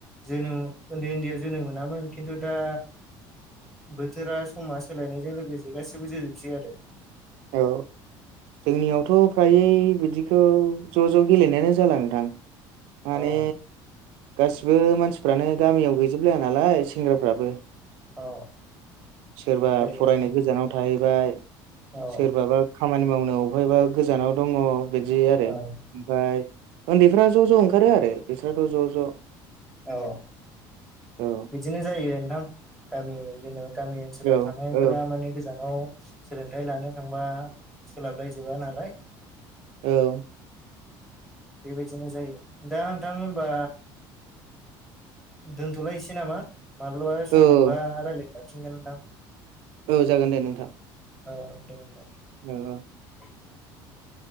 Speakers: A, in the centre; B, on the right (about 65°).
A: जोनोम उन्दै उन्दैआव जोनोम मोनामोन खिन्थु दा बोथोरा समा सोलायनायजों लोगोसे गासिबो जोजोबसै आरो
B: औ जोंनियावथ' फ्रायै बिदिखौ ज' ज' गेलेनायानो जाला नोंथां माने
A: औ
B: गासिबो मानसिफ्रानो गामियाव गैजोबलाया नालाय सेंग्राफ्राबो
A: औ
B: सोरबा
A: ओरैनो
B: फरायनो गोजानाव थाहैबाय
A: औ
B: सोरबाबा खामानि मावनो अहायबा गोजानाव दङ बिदि आरो
A: औ
B: ओमफाय उन्दैफ्रा ज' ज' ओंखारो आरो बिस्राथ' ज' ज'
A: औ
B: औ
A: बिदिनो जायो नोंथां गामि जेनेबा गामि ओनसोलाव
B: औ
A: थानायफोरा
B: औ
A: माने गोजानाव सोलोंथायाइ लानो थांबा सोलाबलाय जोबा नालाय
B: औ
A: बेबायदिनो जायो दा नोंथां होनबा दोनथ'लायसै नामा माब्लाबा
B: औ
A: सम मोनबा रायलाय जाफिनगोनदां
B: औ जागोन दे नोंथां।
A: औ दे होनबा
B: औ
A: <inaudible>